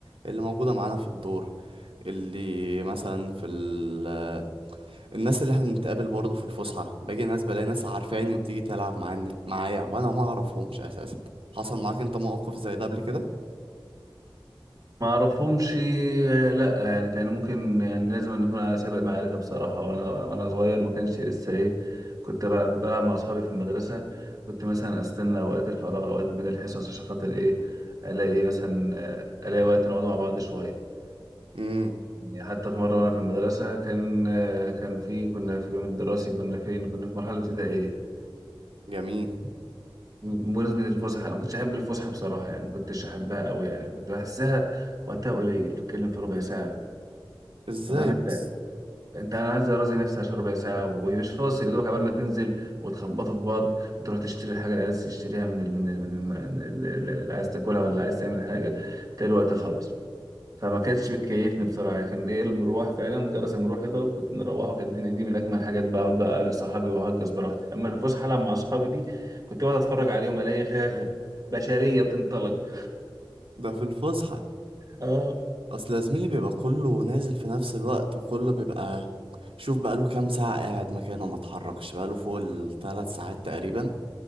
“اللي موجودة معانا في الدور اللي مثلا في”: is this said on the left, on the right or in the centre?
Right